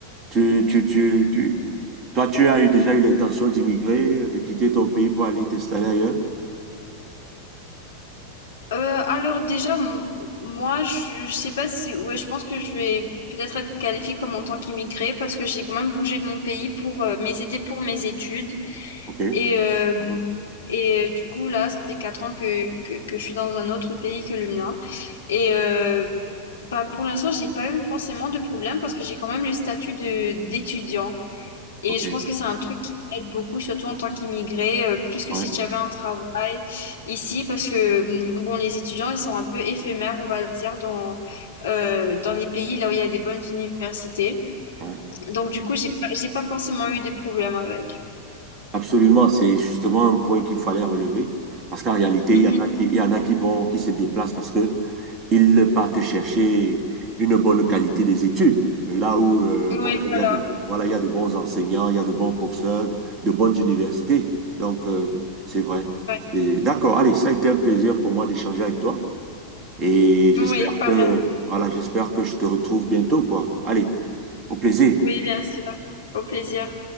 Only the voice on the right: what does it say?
Tu, tu, tu, tu, toi, tu as eu, déjà eu l'intention d'immigrer, euh, de quitter ton pays pour aller t'installer ailleurs?
OK.
Mhm.
OK.
Ok,
Ouais.
Ouais.
Absolument. C'est justement un point qu'il fallait relever parce qu'en réalité,
il y en a qui, il y en a qui vont, qui se déplacent parce que ils partent chercher une bonne qualité des études. Là où euh,
voilà, il
y a de, bo- voilà, il y a de bons enseignants, il y a de bons professeurs, de, de bonnes universités. Donc, euh, c'est vrai.
C'est- D'accord. Allez, ça a été un plaisir pour moi d'échanger avec toi. Et j'espère
que, voilà, j'espère que je te retrouve bientôt, quoi. Allez, au plaisir.